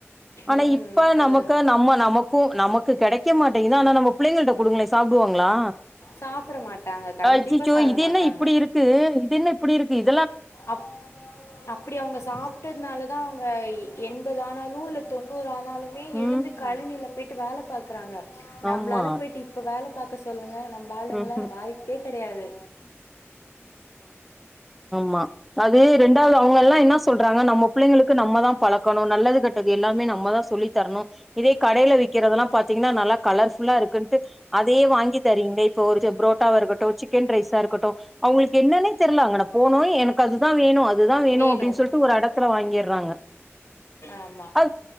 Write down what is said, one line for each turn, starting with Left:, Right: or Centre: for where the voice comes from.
Centre: ஆனா
Left: ம்,
Centre: இப்ப
Left: அது
Centre: நமக்கு நம்ம நமக்கு நமக்கு கெடைக் க்க மாட்டேங்குது ஆனா நம்ம பிள்ளைககிட்ட குடுங்களே சாப்டுவாங்களா
Left: சாப்பிட மாட்டாங்க கண்டிப்பாக
Centre: அச்சிச்சோ
Left: சாப்பிட
Centre: இது
Left: மாட்டாங்க
Centre: என்ன இப்பிடி இருக்கு இது என்ன இப்பிடி இருக்கு இது
Left: அப் அப்படி அவங்க சாப்ட்டதுனால தா அவங்க எண்பது ஆனாலு இல்ல தொண்ணூறு ஆன னாலுமே
Centre: ம்
Left: எழுந்து கழநில போய் ட்டு வேல பாக்கறாங்க நம்மளால
Centre: ஆமா
Left: போயிட்டு இப்ப வேல பாக்க சொல்லுங்க நம்ப ஆளுங்களா
Centre: ம்ஹும்
Left: வாய்ப்பே கெடையாது
Centre: மா அது ரெண்டாவது அவங்க எல்லா என்னா சொல்றாங்கன நம்ம புள்ளைங்களு கு நம்மதா பழக்கணு நல்லது கெட்டது எல்லாமே நம்மதா சொல்லி தரணு இதே கடைல விக்கிறதெல்லா பாத்தீங்னா நல்லா கலர்ஃபுல்லா இருக்குன்ட்டு அதையே வாங்கி தரீங்க்ளே இப்போ ஒரு ச புரோட்டாவா இருக்கட்டு சிக்கன் ரைஸா இருக்கட்டு அவங்களுக்கு என்னன்னே தெரில அங்குன போனு எனக்கு அதுதா வேணு அ து தா வேணு
Left: வேணும்
Centre: அப்டின் சொல்ட்டு ஒரு அடத்துல வாங்கிடுறாங்க
Left: ஆமாம்
Centre: அ